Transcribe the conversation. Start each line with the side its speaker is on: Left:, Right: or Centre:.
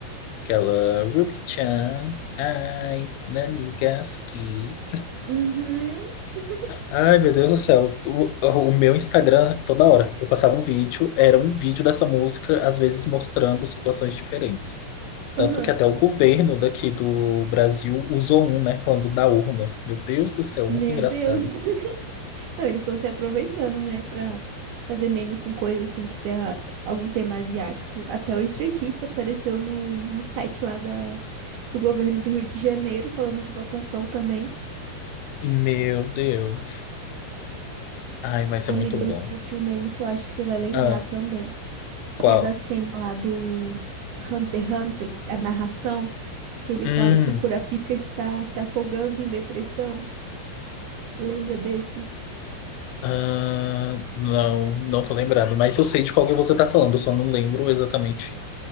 Left: Aquela Ruby-chan, ai, Nanigaski.
Right: Uhum. <laughs>
Left: Ai, meu Deus do céu. O, o meu Instagram, toda hora, eu passava um vídeo, era um vídeo dessa música, às vezes mostrando situações diferentes. Tanto
Right: Aham.
Left: que até o governo daqui do Brasil usou um, né? Falando da urna. Meu Deus do céu,
Right: Meu
Left: muito engraçado.
Right: Deus. <laughs> Não, eles estão se aproveitando, né, pra fazer meme com coisa assim que tem a- algum tema asiático. Até o Stray Kids apareceu no, no site lá da, do governo do Rio de Janeiro, falando de votação também.
Left: Meu Deus. Ai, mas
Right: Amigo,
Left: é muito bom.
Right: eu lembrei de um meme que eu acho que você vai lembrar
Left: Ah,
Right: também,
Left: qual?
Right: que é da cena lá do Hunter x Hunter, a narração, que ele
Left: Hum,
Right: fala que o Kurapika está se afogando em depressão. Lembra desse?
Left: ah, não, não tô lembrado. Mas eu sei de qual que você tá falando, eu só não lembro exatamente